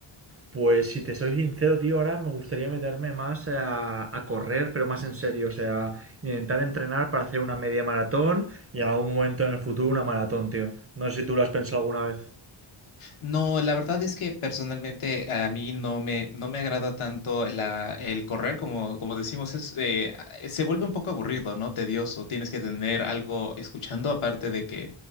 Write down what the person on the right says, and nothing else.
Pues si te soy sincero, tío, ahora me gustaría meterme más a, a correr, pero más en serio, o sea, intentar entrenar para hacer una media maratón y en algún momento en el futuro una maratón, tío. No sé si tú lo has pensado alguna vez.